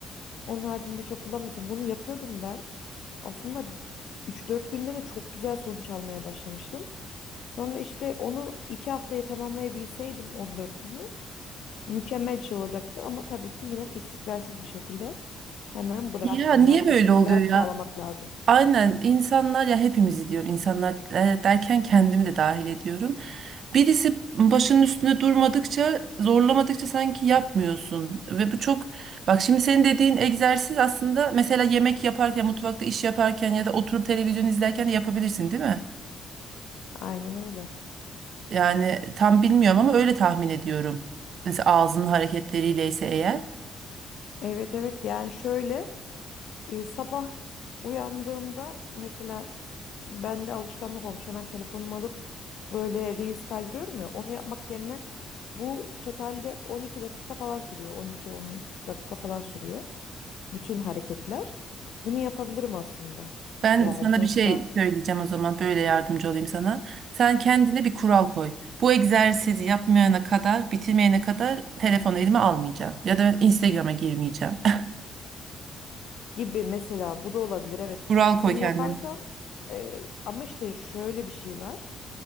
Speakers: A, on the left (about 70°); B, on the right (about 60°).
A: Onun haricinde çok kullanmıyorsun. Bunu yapıyordum ben. Aslında üç dört günde de çok güzel sonuç almaya başlamıştım. Sonra işte onu 2 haftaya tamamlayabilseydim on dört günü mükemmel bir şey olacaktı ama tabii ki yine istikrarsız bir şekilde hemen bıraktım.
B: Ya niye
A: Yani
B: böyle
A: istikrar
B: oluyor ya?
A: sağlamak lazım.
B: Aynen insanlar ya hepimizi diyorum insanlar e, derken kendimi de dahil ediyorum. Birisi başının üstünde durmadıkça, zorlamadıkça sanki yapmıyorsun. Ve bu çok bak şimdi senin dediğin egzersiz aslında mesela yemek yaparken, mutfakta iş yaparken ya da oturup televizyon izlerken de yapabilirsin, değil mi?
A: Aynen öyle.
B: Yani tam bilmiyorum ama öyle tahmin ediyorum. Mesela ağzının hareketleriyle ise eğer.
A: Evet evet yani şöyle e, sabah uyandığımda mesela bende alışkanlık olmuş. Hemen telefonumu alıp böyle reels kaydırıyorum ya onu yapmak yerine Bu totalde 12 dakika falan sürüyor. 12-13 dakika falan sürüyor. Bütün hareketler. Bunu yapabilirim aslında.
B: Ben
A: Yani
B: sana
A: sonuçta
B: bir şey söyleyeceğim o zaman böyle yardımcı olayım sana. Sen kendine bir kural koy. Bu egzersizi yapmayana kadar, bitirmeyene kadar telefonu elime almayacağım. Ya da Instagram'a girmeyeceğim. <laughs>
A: gibi mesela bu da olabilir. Evet.
B: Kural koy
A: Bunu yaparsan
B: kendine.
A: e, ama işte şöyle bir şey var.